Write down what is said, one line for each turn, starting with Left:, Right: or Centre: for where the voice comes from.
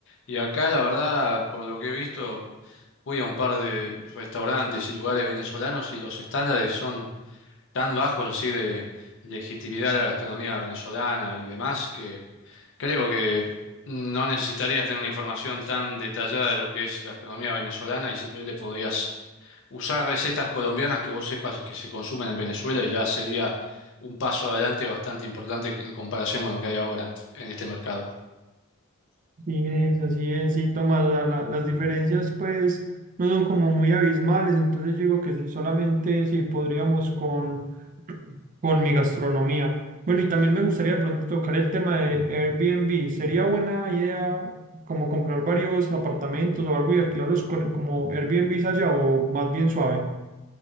Left: Y acá, la verdad, por lo que he visto, voy a un par de restaurantes y lugares venezolanos y los estándares son tan bajos así de legitimidad a la gastronomía venezolana y demás que creo que no necesitarías tener una información tan detallada de lo que es gastronomía venezolana y simplemente podrías usar recetas colombianas que vos sepas que se consumen en Venezuela y ya sería un paso adelante bastante importante en comparación con lo que hay ahora en este mercado.
Right: Sí, es, así es, sí, Tomás, o sea, la- las diferencias pues no son como muy abismales, entonces yo digo que sí, solamente si podríamos con, con mi gastronomía. Bueno, y también me gustaría de pronto tocar el tema de Airbnb. Sería buena idea como comprar varios apartamentos o algo y alquilarlos con- como Airbnb allá o más bien suave.